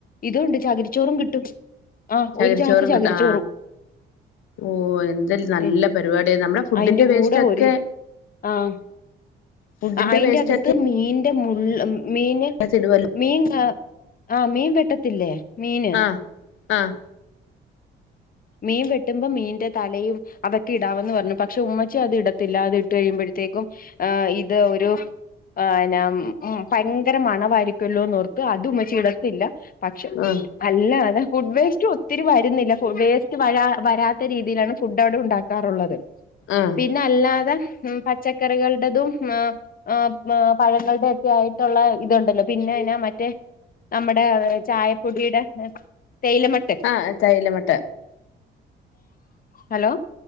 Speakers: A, on the left (about 45°); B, on the left (about 80°).
A: ഇതുണ്ട് ചകിരിച്ചോറും കിട്ടും ആഹ്
B: ചകരി
A: ഒരു ചാക്ക്
B: ചോറും
A: ചകിരിച്ചോറും
B: കിട്ടുആ ഓ ന്താലും നല്ല
A: ഉം
B: പരിപാടിയ നമ്മളെ ഫുഡിന്റെ
A: അയിന്റെ
B: വേസ്റ്റ്
A: കൂടെ
B: ക്കെ
A: ഒരു ആഹ്
B: ഫുഡിന്റെ
A: അ അയിന്റെ
B: വേസ്റ്റ്
A: അകത്ത്
B: ഒക്കെ
A: മീന്റെ മുള്ള് മീന്
B: <unintelligible>
A: മീൻ ആ ആ മീൻ വെട്ടത്തില്ലേ മീൻ
B: ആ ആഹ്
A: മീൻ വെട്ടുമ്പോ മീന്റെ തലയും അതൊക്കെ ഇടാവെന്ന് പറഞ്ഞു പക്ഷെ ഉമ്മച്ചി അത് ഇടത്തില്ല അത് ഇട്ട് കയിമ്പോത്തേക്കും ആ ഇത് ഒരു ആ ന്നം ഉം ഭയങ്കര മണവായിരിക്കല്ലോന്നോർത്ത് അതുംമ്മച്ചി ഇടത്തില്ല പക്ഷെ
B: ആഹ്
A: അല്ല അതാ ഫുഡ് വേസ്റ്റും ഒത്തിരി വരുന്നില്ല ഫു വേ വരാ വരാത്ത രീതിയിലാണ് ഫുഡ് അവ്ടെ ഉണ്ടാക്കാറുള്ളത്
B: ആഹ്
A: പിന്നെ അല്ലാതെഉം പച്ചക്കറികൾ ടെതും ആ ആഅ പഴങ്ങളുടെ ഒക്കെ ആയിട്ടുള്ള ഇതുണ്ടല്ലോ പിന്നെ എനാ മറ്റേ നമ്മുടെ ചായപ്പൊടിടെ തേയിലമ്ട്ട്
B: ആ തൈലമ്ട്ട്
A: ഹലോ